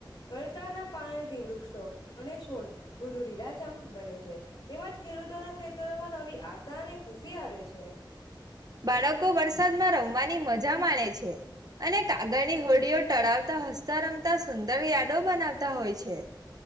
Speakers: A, on the left; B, on the right.
A: વરસાદના પાણીથી વૃક્ષો અને છોડ વધુ લીલાચામ બને છે તેમજ ખેડૂતોના ખેતરોમાં નવી. આશા અનેને ખુશી આવે છે.
B: બાળકો વરસાદમાં રમવાની મજા માને છે અને કાગળની હોડીઓ ટળાવતા હસતા રમતા સુંદર યાર્ડો બનાવતા હોય છે.